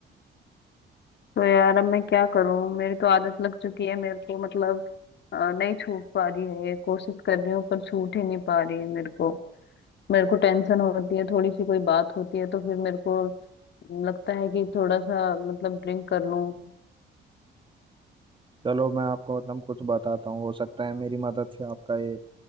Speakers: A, on the left (about 60°); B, on the right (about 25°).
A: तो यार अब मैं क्या करूँ मेरी तो आदत लग चुकी है मेरे को मतलब अ, नहीं छूट पा रही है ये कोशिश कर रही हूँ पर छूट ही नहीं पा रही है मेरे को मेरे को टेंशन होती है थोड़ी सी कोई बात होती है तो फिर मेरे को लगता है कि थोड़ा सा मतलब ड्रिंक कर लूं
B: चलो मैं आपको मतलब कुछ बताता हूँ हो सकता है मेरी मदद से आपका ये